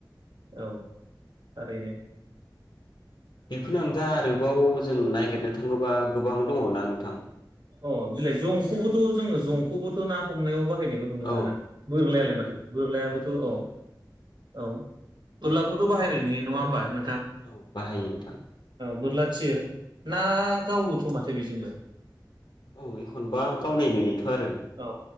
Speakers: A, on the right; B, on the left.
A: औ ओरैनो
B: बेफोरनो अनगा आरोबाव जों नागिरनो थाङोबा गोबां दङना नोंथां
A: अ बिलाय जंखौबो जं जंखौबोथ' ना हमनायाव बा हायनायखौ नुनो
B: औ
A: मोनोना बोरलायालाय
B: औ
A: माथो बोरलायाबोथ' औ औ बोरलाखौथ' बाहायनाय नुयो नङा होमबा नों
B: औ बाहायो नोंथां
A: बोरला थिर ना
B: औ
A: गावोथ माथो फै बिजोंबो
B: औ एखनबा गावनाय नुयोथ बारो
A: औ